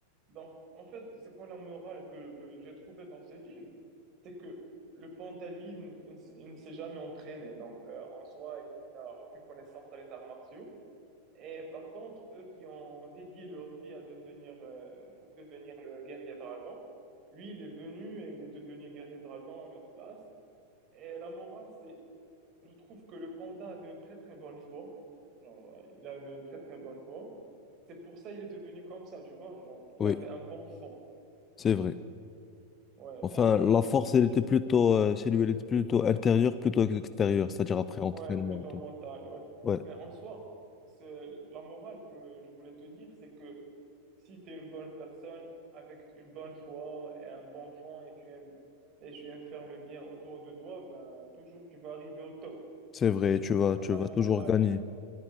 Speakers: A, on the right; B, on the left.
A: Donc, en fait, c'est quoi la morale que j'ai trouvée dans ce film? C'est que le panda, lui, il, ne il ne s- il ne s'est jamais entraîné, donc euh, en soi, il n'a aucune connaissance dans les arts martiaux. Et par contre, eux qui ont dédié leur vie à devenir, euh, pour devenir le guerrier dragon, lui, il est venu et il est devenu guerrier dragon à leur place. Et la morale, c'est je trouve que le panda avait une très très bonne foi. Genre, euh, il avait une très très bonne foi. C'est pour ça il est devenu comme ça, tu vois. Genre, il
B: oui,
A: avait un bon fond.
B: c'est vrai.
A: Ouais,
B: Enfin,
A: donc euh,
B: la
A: en
B: force,
A: soi, c'est
B: elle était
A: une.
B: plutôt, euh, chez lui, elle était plutôt intérieure, plutôt extérieure, c'est-à-dire après
A: Ouais,
B: entraînement
A: plutôt
B: et tout.
A: mental. Ouais.
B: Ouais,
A: Mais en soi, c'est la morale que je voulais te dire, c'est que si tu es une bonne personne avec une bonne foi et un bon fond et tu aimes, et tu aimes faire le bien autour de toi, ben toujours tu vas arriver au top.
B: c'est vrai,
A: Donc,
B: tu vas,
A: euh, c'est
B: tu
A: ça
B: vas
A: la morale
B: toujours gagner.